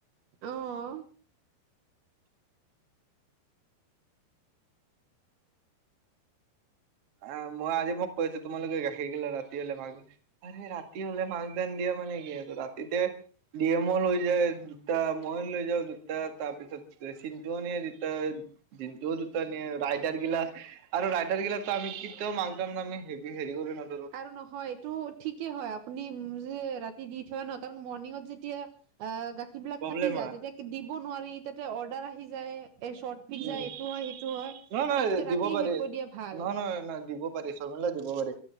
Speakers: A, on the right; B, on the right.
A: আহ।
B: আহ মই আজি মোক কৈ আছো তোমালোকে গাখীৰ গিলা ৰাতি হলে মাক ৰাতি হলে মা ধান দিয়া মানে কি ৰাতিতে ডি এমো লৈ যায়। দুটা মই লৈ যাও দুটা। তাৰ পিছত চিনটোও নিয়ে দুটা জিনটোও দুটা নিয়ে ৰাইডাৰ গিলাচ আৰু ৰাইডাৰ গিলা আমি কেতিয়াও <unintelligible> হেৰি কৰি নধৰো
A: আৰু নহয়, এইটো ঠিকেই হয়, আপুনি যে, ৰাতি দি থৈ ন? কাৰণ মৰ্নিংত যেতিয়া আ, গাখী বিলাক
B: প্ৰব্লেম
A: থাকি যায়,
B: হয়
A: তেতিয়া দিব নোৱাৰি তাতে অৰ অৰ্ডাৰ আহি যায়, এ, চৰ্ট পিজ্জা
B: উম
A: এইটো হয়, সেইটো হয়,
B: নহয় নহয়
A: তাতকে
B: দিব
A: ৰাতি
B: পাৰি
A: শেষ কৰি দিয়া ভাল।
B: নহয় নহয় নহয় দিব পাৰি <unintelligible> দিব পাৰি।